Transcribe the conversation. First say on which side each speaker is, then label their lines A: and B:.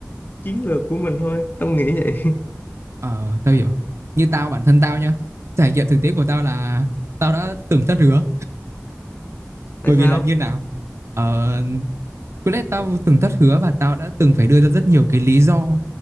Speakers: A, on the left; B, on the right.
A: chiến lược của mình thôi tao nghĩ vậy
B: Ờ, tao hiểu. Như tao bản thân tao nha, trải nghiệm thực tế của tao là tao đã từng thất hứa
A: <laughs> tại
B: bởi
A: sao
B: vì là như nào ờ, có lẽ tao từng thất hứa và tao đã từng phải đưa ra rất nhiều cái lý do